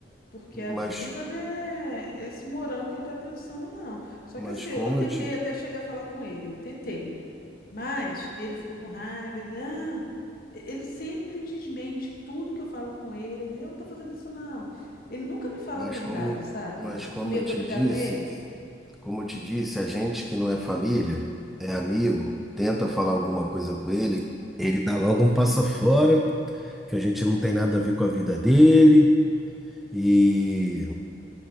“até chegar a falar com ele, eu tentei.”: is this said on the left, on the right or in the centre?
Left